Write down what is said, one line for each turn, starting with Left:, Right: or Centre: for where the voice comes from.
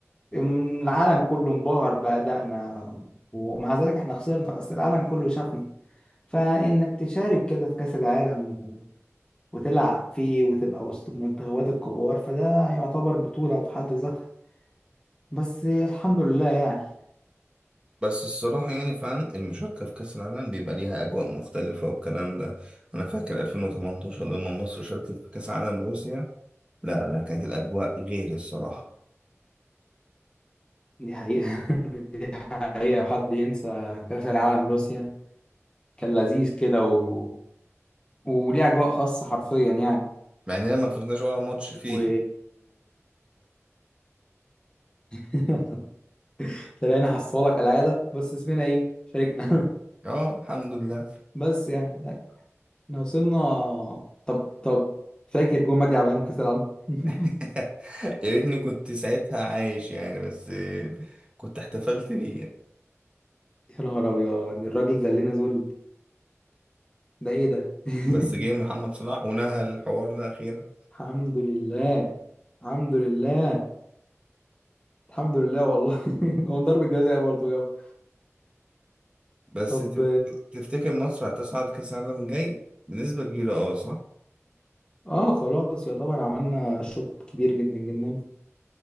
Left: العالم كله انبهر بأدائنا ومع ذلك احنا خسرنا بس العالم كله شافنا فإنك تشارك كده في كأس العالم وتلعب فيه وتبقى وسط المنتخبات الكبار فده يعتبر بطولة في حد ذاتها بس الحمد لله يعني
Right: بس الصراحة يعني فعلا المشاركة في كأس العالم بيبقى ليها أجواء مختلفة والكلام ده أنا فاكر 2018 لما مصر شاركت في كأس عالم روسيا لا لا كانت الأجواء غير الصراحة
Left: دي حقيقة <laughs> دي حقيقة حد ينسى كأس العالم روسيا كان لذيذ كده و... وليه أجواء خاصة حرفيا يعني
Right: مع إننا ما فزناش ولا ماتش فيه
Left: و
Right: <laughs>
Left: <laughs> تلاقينا حصالة كالعادة بس اسمنا إيه شاركنا
Right: اه الحمد لله
Left: <laughs> بس يعني احنا وصلنا طب طب فاكر جون مجدي عبد الغني في كاس العالم <laughs>
Right: <laughs> يا ريتني كنت ساعتها عايش يعني بس كنت احتفلت بيه يعني.
Left: يا نهار ابيض الراجل ذلنا ذل ده ايه ده <laughs>
Right: بس جه محمد صلاح ونهى الحوار ده أخيرا
Left: الحمد لله الحمد لله الحمد لله والله <laughs> هو من ضربة جزاء برضه جاب
Right: بس
Left: طب
Right: تف- تفتكر مصر هتصعد كأس العالم الجاي بنسبة كبيرة اه صح
Left: اه خلاص يعتبر عملنا شوط كبير جدا جدا